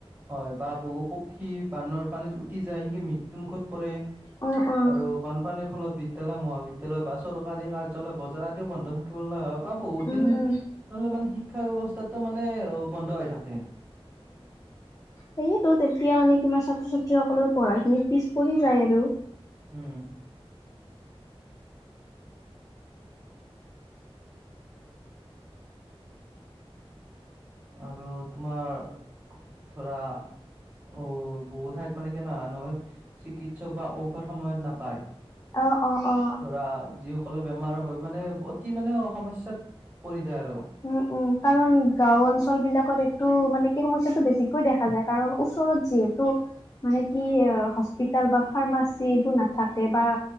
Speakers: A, on the right (about 15°); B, on the left (about 35°).
A: হয়, বা বহু পক্ষী বানৰ পানীত উটি যায়, সেনকে মৃত্যু মৃত্যু মুখত পৰে,
B: উম উম
A: আৰু বানপানীৰ ফলত বি - দ্যালয় মহাবিদ্যালয় বা চৰকাৰী কাৰ্যালয় বজাৰ আদিও বন্ধ থা থব লগা হয়, বা বহুত
B: উম
A: দিনলে
B: উম
A: মানে শিক্ষা ব্যৱস্থাটো মানে অ বন্ধ হৈ থাকে। <inaudible>
B: সেইয়েতো তেতিয়া মানে কিবা ছাত্ৰ ছাত্ৰীসকলৰ পঢ়া খিনিত পিছ পৰি যায় আৰু।
A: উম। আৰু তোমাৰ ধৰা অ বহুত ঠাইত মানে কেনেনা সেন হয় চিকিৎসক বা ঔষধ সময়ত নাপায়,
B: অ', অ', অ'।
A: ধৰা যিস কল বেমাৰ হয়, মানে অতি মানে সমস্যাত পৰি যায় আৰু।
B: উম উম, কাৰণ গাওঁ অঞ্চল বিলাকত এইটো মানে কি সমস্যাটো বেছিকৈ দেখা যায়। কাৰণ ওচৰত যিহেতু মানে কি হস্পিতাল বা ফাৰ্মাচি এইবোৰ নাথাকে বা